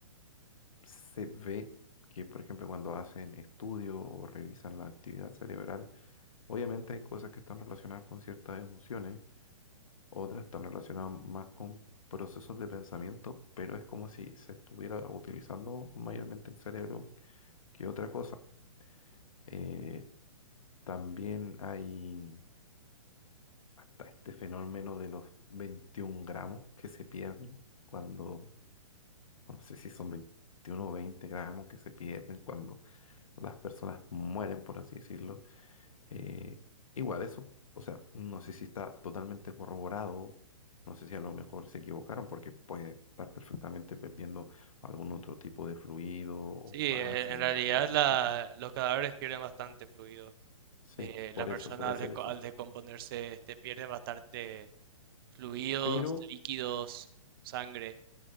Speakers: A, on the left; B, on the right.
A: se ve que, por ejemplo, cuando hacen estudio o revisan la actividad cerebral, obviamente hay cosas que están relacionadas con ciertas emociones, otras están relacionadas más con procesos de pensamiento, pero es como si se estuviera utilizando mayormente el cerebro que otra cosa. Eh, también hay hasta este fenómeno de los 21 gramos que se pierden cuando No sé si son 21 o 20 gramos que se pierden cuando las personas mueren, por así decirlo. Eh, igual eso, o sea, no sé si está totalmente corroborado, no sé si a lo mejor se equivocaron porque puede estar perfectamente perdiendo algún otro tipo de fluido o
B: Sí, eh,
A: base
B: en realidad
A: o otra
B: la-
A: cosa.
B: los cadáveres pierden bastante fluido.
A: Sí,
B: eh, las
A: por
B: personas
A: eso, puede
B: al,
A: ser
B: deco-
A: eso.
B: al descomponerse este, pierden bastante Fluidos,
A: Pero
B: líquidos, sangre.